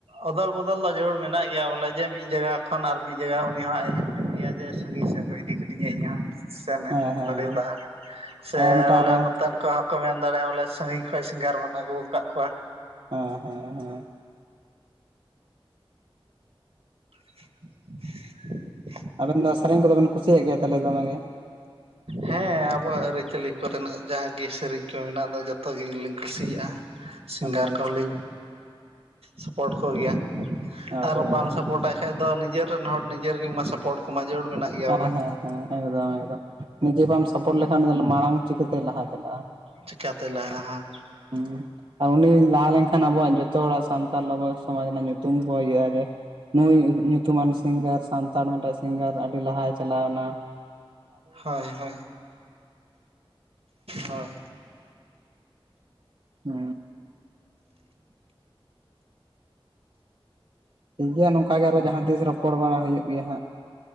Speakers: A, on the right (about 85°); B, on the right (about 60°).
A: ᱚᱫᱚᱞ ᱵᱚᱫᱚᱞ ᱫᱚ ᱡᱟᱹᱨᱩᱲ ᱢᱮᱱᱟᱜ ᱜᱮᱭᱟ ᱵᱚᱞᱮ ᱡᱮ ᱢᱤᱫ ᱡᱟᱭᱜᱟ ᱠᱷᱚᱱ ᱟᱨ ᱢᱤᱫ ᱡᱟᱭᱜᱟ ᱩᱱᱤ ᱦᱚᱸ ᱟᱡ ᱮ ᱢᱮᱱ ᱜᱮᱭᱟ ᱡᱮ ᱥᱟᱺᱜᱤᱧ ᱥᱮ ᱠᱚ ᱤᱫᱤ ᱠᱤᱫᱤᱧᱟ ᱤᱧᱟᱹᱜ ᱦᱚᱸ ᱥᱮᱱ ᱦᱮᱡ
B: ᱦᱮᱸ ᱦᱮᱸ
A: ᱫᱟᱲᱮᱭᱟᱫᱟ ᱥᱮ
B: ᱟᱭ ᱢᱤᱫᱴᱟᱝ
A: ᱵᱚᱞᱮ
B: ᱟᱨᱚ
A: ᱱᱚᱛᱮᱱ ᱠᱚᱦᱚᱸ ᱠᱚ ᱢᱮᱱ ᱫᱟᱲᱮᱭᱟᱜᱼᱟ ᱵᱚᱞᱮ ᱥᱟᱺᱜᱤᱧ ᱠᱷᱚᱡ ᱥᱤᱝᱜᱟᱨ ᱵᱚᱱ ᱟᱹᱜᱩ ᱟᱠᱟᱫ ᱠᱚᱣᱟ
B: ᱦᱮᱸ ᱦᱮᱸ ᱦᱮᱸ
A: <inaudible>
B: ᱟᱵᱮᱱ ᱫᱚ ᱥᱮᱨᱮᱧ ᱠᱚᱫᱚ ᱵᱮᱱ ᱠᱩᱥᱤᱭᱟᱜ ᱜᱮᱭᱟ ᱛᱟᱦᱚᱞᱮ ᱫᱚᱢᱮ ᱜᱤ
A: ᱦᱮᱸ ᱟᱵᱚᱣᱟᱜ ᱟᱹᱨᱤᱪᱟᱹᱞᱤ ᱠᱚᱨᱮᱱᱟᱜ ᱡᱟᱦᱟᱸᱜᱮ ᱥᱮᱨᱮᱧ ᱠᱚ ᱢᱮᱱᱟᱜ ᱫᱚ ᱡᱚᱛᱚ ᱜᱮᱧ ᱜᱮᱞᱤᱧ ᱠᱩᱥᱤᱭᱟᱜᱼᱟ ᱥᱤᱝᱜᱟᱨ
B: ᱟᱪᱪᱷᱟ
A: ᱠᱚᱦᱚᱸᱞᱤᱧ ᱥᱟᱯᱳᱴ ᱠᱚᱜᱮᱭᱟ
B: ᱦᱳᱭ
A: ᱟᱨ
B: ᱦᱳᱭ
A: ᱵᱟᱢ
B: ᱦᱳᱭ
A: ᱥᱟᱯᱚᱨᱴᱟᱭ ᱠᱷᱟᱡ ᱫᱚ ᱱᱤᱡᱮᱨ ᱨᱮᱱ ᱦᱚᱲ ᱱᱤᱡᱮᱨ ᱜᱮᱢᱟ ᱥᱟᱯᱳᱨ ᱠᱚᱢᱟ ᱡᱟᱹᱨᱩᱲ ᱢᱮᱱᱟᱜ ᱜᱮᱭᱟ
B: ᱦᱮᱸ
A: ᱵᱚᱞᱮ
B: ᱦᱮᱸ ᱦᱮᱸ ᱮᱠᱫᱚᱢ ᱮᱠᱫᱚᱢ ᱱᱤᱡᱮ ᱵᱟᱢ ᱥᱟᱯᱚᱴ ᱞᱮᱠᱷᱟᱱ ᱩᱱᱤ ᱫᱚ ᱢᱟᱲᱟᱝ ᱪᱤᱠᱟᱹᱛᱮᱭ ᱞᱟᱦᱟ ᱪᱟᱞᱟᱜᱼᱟ
A: ᱪᱤᱠᱠᱟᱛᱮ ᱞᱟᱜᱼᱟ ᱦᱟᱸ
B: ᱦᱮᱸ ᱟᱨ ᱩᱱᱤ ᱞᱟᱦᱟ ᱞᱮᱱᱠᱷᱟᱱ ᱟᱵᱚᱣᱟᱜ ᱡᱚᱛᱚ ᱦᱚᱲᱟᱜ ᱥᱟᱱᱛᱟᱲ ᱟᱵᱚ ᱥᱚᱢᱟᱡᱽ ᱨᱮᱱᱟᱜ ᱧᱩᱛᱩᱢ ᱧᱩᱛᱩᱢ ᱠᱚ ᱦᱤᱡᱩᱜᱼᱟ ᱡᱮ ᱱᱩᱭ ᱧᱩᱛᱩᱢᱟᱱ ᱥᱤᱝᱜᱟᱨ ᱥᱟᱱᱛᱟᱲ ᱢᱤᱫᱴᱟᱝ ᱥᱤᱝᱜᱟᱨ ᱟᱹᱰᱤ ᱞᱟᱦᱟᱭ ᱪᱟᱞᱟᱣ ᱮᱱᱟ
A: ᱦᱳᱭ ᱦᱳᱭ ᱦᱳᱭ
B: ᱦᱮᱸ ᱴᱷᱤᱠ ᱜᱮᱭᱟ ᱱᱚᱝᱠᱟ ᱜᱮ ᱟᱨᱚ ᱡᱟᱦᱟᱸ ᱛᱤᱥ ᱨᱚᱯᱚᱲ ᱵᱟᱲᱟ ᱦᱩᱭᱩᱜ ᱜᱮᱭᱟ ᱦᱟᱸᱜ